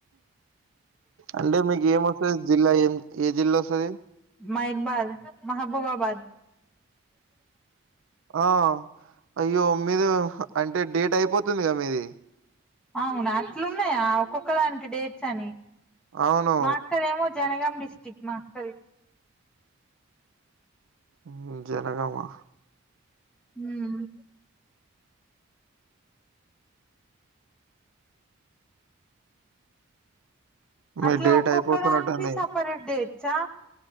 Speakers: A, on the right; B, in the centre.
A: అంటే మీకు ఏం వస్తది జిల్లా ఏం ఏ జిల్లా వస్తది
B: మైబగ మహబూబాబాద్
A: ఆ అయ్యో మీద అంటే డేట్ అయిపోతుందిగా మీది
B: అవునా అట్లున్నాయా ఒక్కొక్క దానికి డేట్స్ అని
A: అవును
B: మా అక్క దేమో జనగాం డిస్ట్రిక్ట్ మా అక్కది
A: హ్మ్ జనగామా
B: హ్మ్
A: మీ
B: అట్లా
A: డేట్
B: ఒక్కొక్కదానికి
A: అయిపోతున్నట్టుంది
B: సపరేట్ డేట్స్టా